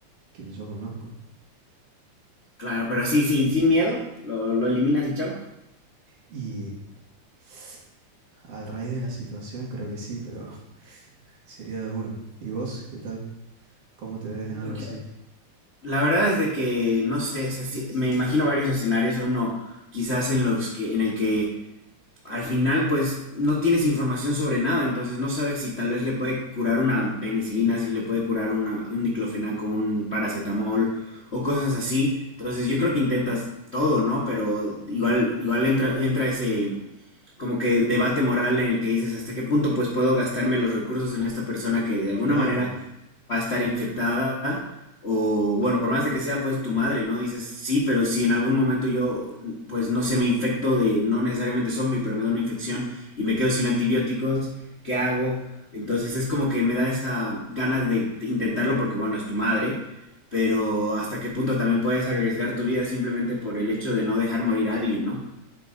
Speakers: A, on the right; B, on the left.
A: quien yo conozco.
B: Claro, pero sí, sin, sin miedo, lo, lo eliminas y chao.
A: Y <sniffs> al raíz de la situación, creo que sí, pero <laughs> sería duro. ¿Y vos, qué tal? ¿Cómo te ves en
B: Pucha.
A: algo
B: Porque
A: así?
B: La verdad es de que, no sé, es así- me imagino varios escenarios, uno quizás en los que, en el que al final pues no tienes información sobre nada, entonces no sabes si tal vez le puede curar una penicilina, si le puede curar una- un diclofenaco, un paracetamol o cosas así. Entonces yo creo que intentas todo, ¿no? Pero igual, igual entra, entra ese, como que debate moral en el que dices hasta qué punto pues puedo gastarme los recursos en esta persona que de alguna
A: Claro,
B: manera va a estar infectada o bueno, por más de que sea pues tu madre, ¿no? Dices, sí, pero si en algún momento yo pues no sé, me infecto de no necesariamente zombie, pero me da una infección y me quedo sin antibióticos, ¿qué hago? Entonces es como que me da esa ganas de t- intentarlo porque bueno, es tu madre, pero hasta qué punto también puedes arriesgar tu vida simplemente por el hecho de no dejar morir a alguien, ¿no?